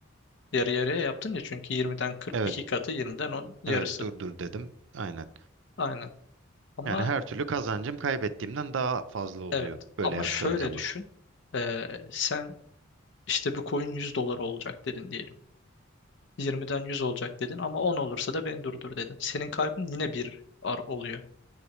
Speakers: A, on the left; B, on the right.
A: Yarı yarıya yaptın ya çünkü 20'den 40
B: Evet.
A: iki katı 20'den 10 yarısı.
B: Evet. Dur dur dedim. Aynen.
A: Aynen. Ama
B: Yani her türlü kazancım kaybettiğimden daha fazla oluyor
A: Evet
B: böyle
A: ama
B: yaptığım
A: şöyle
B: zaman.
A: düşün. Ee, sen işte bu coin 100 dolar olacak dedin diyelim. yirmiden yüz olacak dedin ama 10 olursa da beni durdur dedin. Senin kaybın yine bir ar oluyor.